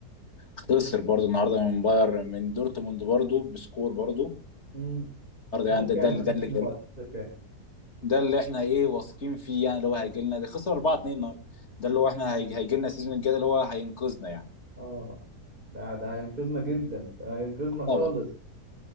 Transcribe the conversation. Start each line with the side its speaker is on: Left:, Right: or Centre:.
Left: خسر برضه النهارده من باير من دورتموند برضه بسكور برضه
Right: امم
Left: النهارده
Right: خسر
Left: يعني ده
Right: كام
Left: ده
Right: ما
Left: اللي-
Right: شفتش
Left: ده اللي
Right: الماتش
Left: جاي
Right: خسر كام
Left: ده اللي احنا ايه واثقين فيه يعني اللي هو هيجي لنا ده خسر 4 2 النهارده ده اللي هو احنا هيجي هيجي لنا السيزون الجاي ده اللي هو هينقذنا يعني
Right: اه ده ده هينقذنا جدا ده هينقذنا خالص
Left: طبعا